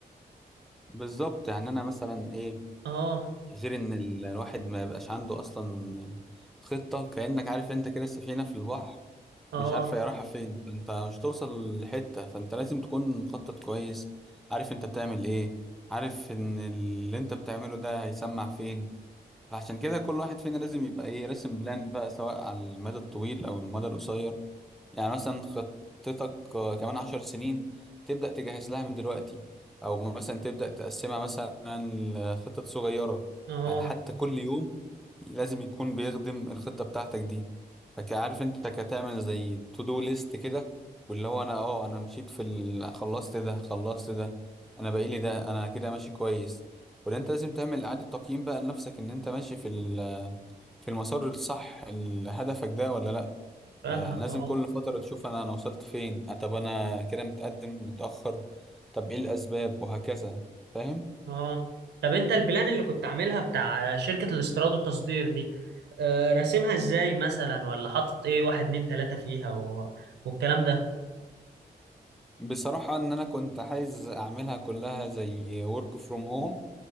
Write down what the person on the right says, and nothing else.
اه
اه
اه
فاهمك
اه
اه طب انت البلان اللي كنت عاملها بتاع شركة الاستيراد والتصدير دي آه، راسمها ازاي مثلا ولا حاطط ايه واحد اتنين تلاتة فيها و... والكلام ده